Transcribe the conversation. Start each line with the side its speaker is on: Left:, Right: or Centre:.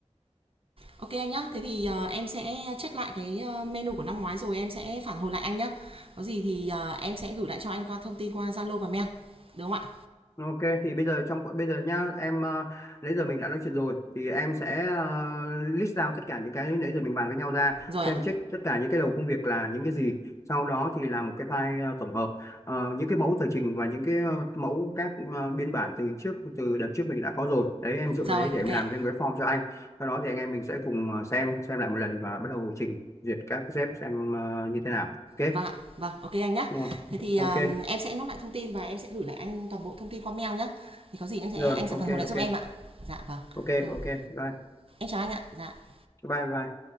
Right: Ok anh nhá. Thế thì, ờ, em sẽ check lại cái, ờ, menu của năm ngoái rồi em sẽ phản hồi lại anh nhá. Có gì thì, ờ, em sẽ gửi lại cho anh qua thông tin qua Zalo và mail, được không ạ?
Left: Ok thì bây giờ trong bây giờ nhá em ờ, nãy giờ mình đã nói chuyện rồi thì em sẽ ờ, list out tất cả những cái nãy giờ mình bàn với nhau ra
Right: Rồi
Left: xem
Right: ạ.
Left: check tất cả những cái đầu công việc là những cái gì sau đó thì làm một cái file ờ, tổng hợp Ờ, những cái mẫu tờ trình và những cái ờ, mẫu các ờ, biên bản từ trước từ đợt trước mình đã có rồi đấy em dựa vào
Right: Rồi,
Left: đấy để
Right: ok
Left: em
Right: ạ.
Left: làm thêm một cái form cho anh sau đó thì anh em mình sẽ cùng ờ, xem xem lại một lần và bắt đầu trình duyệt các cái sếp xem ờ, như thế nào ok
Right: Vâng ạ. Vâng, ok anh nhá.
Left: Đúng rồi.
Right: Thế thì, ờm,
Left: ok
Right: em sẽ nốt lại thông tin và em sẽ gửi lại anh toàn bộ thông tin qua mail nhá. Thì có gì em sẽ
Left: rồi
Right: anh sẽ
Left: ok
Right: phản hồi lại
Left: ok
Right: giúp em ạ. Dạ vâng.
Left: ok
Right: Rồi,
Left: ok bye
Right: em chào anh ạ. Dạ.
Left: bye bye